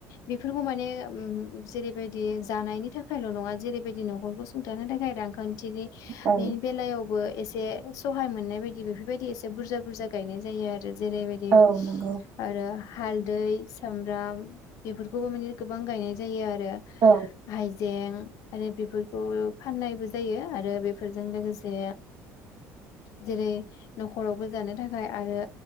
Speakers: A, on the left (about 65°); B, on the right (about 50°).
A: बेफोरबो माने उम जेरैबायदि जानायनि थाखायल' नङा जेरैबायदि न'खरखौ सुंथानो थाखाय रां खान्थिनि
B: ओं
A: बेलायावबो एसे सहाय मोननाय बायदि बेफोरबायदि एसे बुरजा बुरजा गायनाय जायो आरो जेरैबायदि
B: औ नंगौ
A: आरो हालदै सामब्राम बेफोरखौबो माने गो बां गायनाय जायो आ रो
B: औ
A: हाय जें आरो बेफोरखौ फाननायबो जायो आरो बेफोरजों लोगोसे जेरै न'खरावबो जानो थाखाय आरो